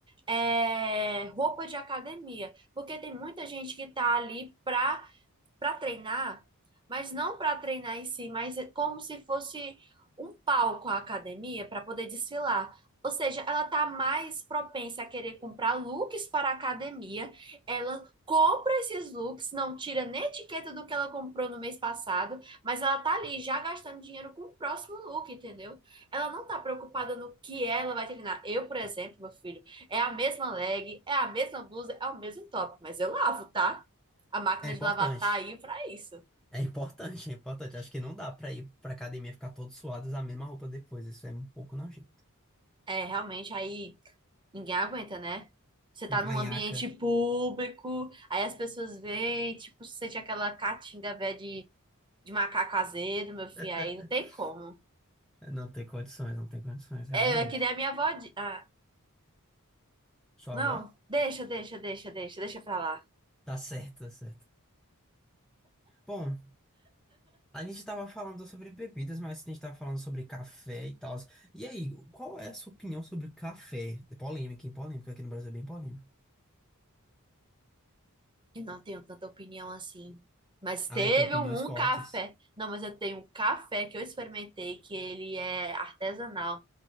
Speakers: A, on the right (about 20°); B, in the centre.
A: é, roupa de academia, porque tem muita gente que tá ali pra para treinar, mas não para treinar em si, mas é como se fosse um palco a academia para poder desfilar. Ou seja, ela está mais propensa a querer comprar looks para a academia. Ela compra esses looks, não tira nem etiqueta do que ela comprou no mês passado, mas ela tá ali já gastando dinheiro com o próximo look, entendeu? Ela não tá preocupada no que ela vai treinar. Eu, por exemplo, meu filho, é a mesma leg, é a mesma blusa, é o mesmo top, mas eu lavo, tá? A máquina
B: É
A: de
B: importante.
A: lavar tá aí pra isso.
B: É importante, <laughs> é importante. Acho que não dá pra ir pra academia e ficar todo suado e usar a mesma roupa depois. Isso é um pouco nojento.
A: É, realmente, aí ninguém aguenta, né? Você tá
B: Hum,
A: num
B: A nhaca.
A: ambiente público, aí as pessoas veem, tipo, você sente aquela catinga velha de, de macaco azedo, meu filho,
B: <laughs>
A: aí não tem como.
B: Não tem condições, não tem condições, realmente.
A: É, é que nem a minha avó. di- Ah,
B: Sua
A: não,
B: avó?
A: deixa, deixa, deixa, deixa, deixa pra lá.
B: Tá certo, tá certo. Bom, a gente tava falando sobre bebidas, mas a gente tava falando sobre café e tal. E aí, qual é a sua opinião sobre café? É polêmica, hein? Polêmica. Aqui no Brasil é bem polêmico.
A: Eu não tenho tanta opinião assim. Mas teve
B: Ah, eu tenho opiniões
A: um,
B: fortes.
A: um café. Não, mas eu tenho um café que eu experimentei, que ele é artesanal.